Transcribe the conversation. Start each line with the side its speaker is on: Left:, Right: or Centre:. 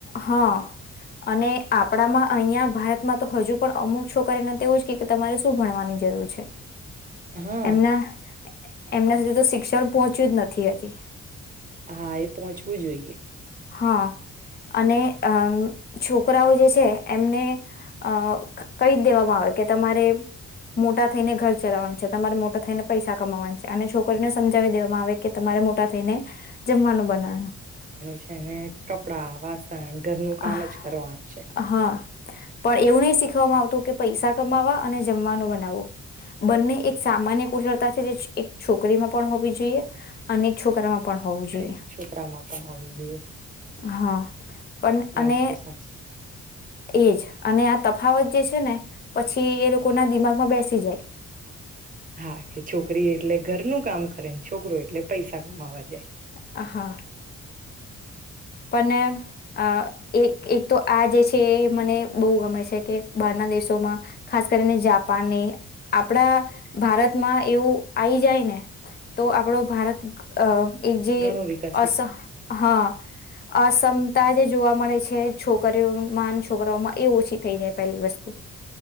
Left: હા અને આપણામાં અહીયાંયા ભારતમાં તો હજુ પણ અમુક છોકરીને તો એવું જ કે તમારે શું ભણવાની જરૂર છે
Right: હા
Left: એમના એમના સુધી તો શિક્ષણ પહોંચ્યું જ નથી હજી
Right: હા એ પહોંચવું જોઈએ
Left: હા અને અ છોકરાઓ જે છે એમને અ કહી દેવામાં આવે કે તમારે મોટા થઈને ઘર ચલાવવાનું છે તમારે મોટા થઈને પૈસા કમાવાનું છે અને છોકરીને સમજાવી દેવામાં આવે કે તમારે મોટા ટા થઈને જમવાનું બનાવ
Right: છેને કપડાા વાસણ ઘરનું કામ
Left: આહ,
Right: જ કરવા છે
Left: હા પણ એવું નહી શીખવામાં આવતું કે પૈસા કમાવા અને જમવાનું બનાવવું બંને એક સામાન્ય કુશળતા છે જે એક છોકરીમાં પણ હોવી જોઈએ અને છોકરામાં પણ હોવું જોઈએ
Right: એક છોકરામાં પણ હોવી જોઈએ
Left: હા પણ અને
Right: વાત તો સાચી
Left: એજ અને આ તફાવત જે છે ને પછી એ લોકો ના દિમાગમાં બેસી જાય
Right: હા કે છોકરી એટલે ઘરનું કામ કરેને છોકરો એટલે પૈસા કમાવા જાય
Left: હ હા પણ અ એક એક તો આ જે છે એ મને બહુ ગમે છે કે બહારના દેશોમાં ખાસ કરીને જાપાનને આપડા ભારતમાં એવું આવી જાય ને તો આપણો ભારત અ એ જે
Right: ઘણું વિકસિત
Left: અ હા અસમતા જે જોવા મળે છે છોકરીઓ માન છોકરાઓમાં એ ઓછી થઈ જાય પહેલી વસ્તુ